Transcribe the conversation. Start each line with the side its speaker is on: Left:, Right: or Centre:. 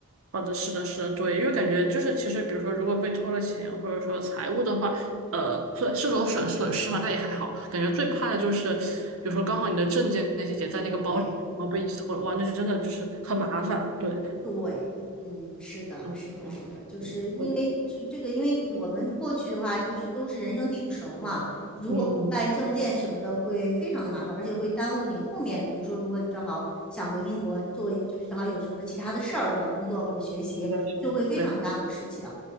Right: 好的，是的，是的，对，因为感觉就是，其实比如说，如果被拖了钱，或者说财务的话，呃，损是种损损失嘛，但也还好。感觉最怕的就是，比如说刚好你的证件那些也在那个包里，
Centre: 对
Right: 然后被一起偷了，哇，那就真的就是很麻烦。对，
Centre: 对，嗯，是的，
Right: 嗯，
Centre: 是这样的，
Right: 是的
Centre: 就是因为这这个，
Right: 对，嗯
Centre: 因为我们过去的话，就是都是人生地不熟嘛，如果不办证件什么的，
Right: 对，嗯，
Centre: 会非常的麻烦，而且会耽误你后面，比如说，如果你正好想回英国做，就是正好有什么其他的事儿，对吧？工作或者学习，
Right: 是的是的对。
Centre: 就会非常耽误事情。